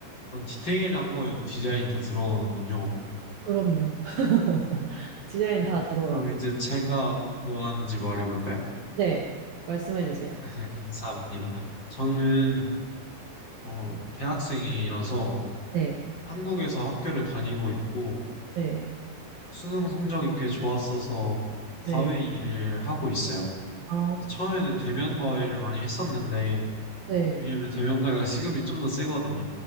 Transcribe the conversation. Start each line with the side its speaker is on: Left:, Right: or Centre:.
Left: 그런 디테일한 거에도 디자인이 다 들어가는군요.
Right: 그럼요. <laughs> 디자인
Left: 네,
Right: 다 들어가죠.
Left: 그럼 이제 제가 뭐 하는지 말해볼까요?
Right: 네, 말씀해 주세요.
Left: <laughs> 감사합니다. 저는 어, 대학생이라서
Right: 네
Left: 한국에서 학교를 다니고 있고
Right: 네.
Left: 수능 성적이 꽤 좋았어서 과외
Right: 네.
Left: 일을 하고 있어요.
Right: 아,
Left: 그래서 처음에는 대면 과외를 많이 했었는데
Right: 네.
Left: 왜냐면 대면 과외가 시급이 좀 더 세거든요.